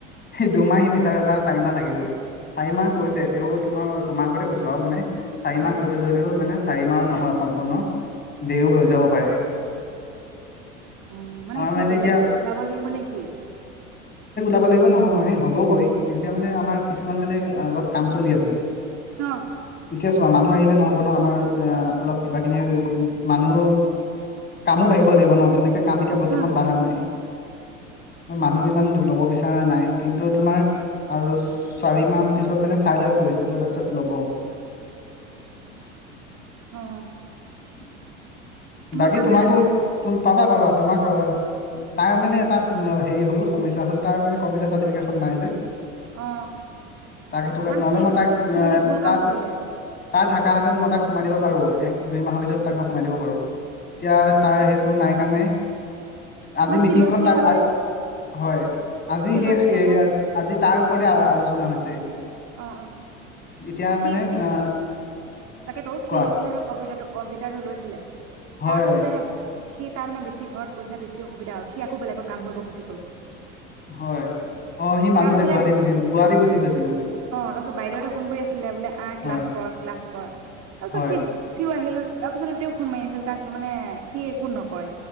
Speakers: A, on the left (about 25°); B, on the right (about 45°).
A: সে দুমাহ সি মিছা কথা জাচ চাৰি মাহ লাগিবই। চাৰি মাহ কৈছে তেওঁ তোমাৰ তোমাৰ আগতে কৈছো আৰু মানে চাৰিমাহ
B: অ
A: কৈছে যদিও মানে চাৰি মাহ নহয় সম্পূৰ্ণ, দেইও হৈ যাব পাৰে।
B: অ মানে
A: আমাৰ
B: কি বেলেগ?
A: এতিয়া
B: ওলাব লাগিব নেকি?
A: ল নহয় হ'বগৈ এতিয়া মানে আমাৰ কিছুমান মানে অলপ কাম চলি আছে।
B: অ
A: এতিয়া চোৱা মানুহ আহিলে নহ'ব ন আমাৰ অ অলপ কিবাকিনি মানুহ কামো বাঢ়িব লাগিব ন। তেনেকে কাম এতিয়া বৰ্তমান
B: উম
A: বাঢ়া নাই। মানুহ ইমান ল'ব বিচৰা নাই কিন্তু তোমাৰ আৰু চা-চাৰি মাহ পিছত মানে চাই লৈ পৰিস্থিতিটো তাৰ পিছত ল'ব।
B: অ
A: <inaudible>
B: মই
A: বাকী
B: পাম
A: তোমাৰতো
B: নে নাপাম
A: <unintelligible> পাবা পাবা। তোমাক তাৰ মানে এটা হেৰি হ'ল সমস্যা হ'ল তাৰ মানে কম্পিউটাৰ চাৰ্টিফিকেট খন নাই যে।
B: অ
A: তাক সেইটো কাৰণে
B: নাই
A: নহ'লে
B: সি
A: মই তাক
B: সি এইটো ভুল
A: তাক
B: কাম কৰিলে।
A: তাৰ থাকাহঁতেন মই তাক সোমাই দিব পাৰোঁ। এক দুই মাহৰ ভিতৰত তাক সোমাই দিব পাৰোঁ। এতিয়া তাৰ সেইটো নাই কাৰণে আজি
B: নাই
A: মিটিংখন
B: সি লৈছিল
A: তা <unintelligible>
B: নহয়
A: হয়। আজি
B: সি
A: সে
B: লৈছিল
A: সে
B: আকৌ
A: আজি তাৰ ওপৰতে আলোচনা হৈছে।
B: অ
A: এতিয়া
B: অ সি
A: মানে
B: সি
A: অ'
B: তাকেতো, সি
A: কোৱা
B: লৈছিলে নহয় কম্পিউটাৰটো। কম্পিউটাৰটো লৈছিলে।
A: হয়
B: তাৰপিছতে। সি তাৰ মানে বেছি ঘৰত পইচা বেছি অসুবিধা হ'ল। সি আকৌ বেলেগত কাম কৰিব গুচি গ'লগৈ।
A: হয়, অ সি মাজতে
B: তাৰপিছতে
A: গুৱাহাটী গুচি গ গুৱাহাটী গুচি গৈছিলে।
B: অ তাৰপিছত বাইদেউহতে ফোন কৰি আছিলে বোলে আহ ক্লাছ
A: হয়
B: কৰ ক্লাছ কৰ, তাৰ পিছত
A: হয়।
B: সি গুচিও আহিল তাৰপিছতো তেওঁ ফোন মাৰি আছিল তাক। মানে সি একো নকৰে।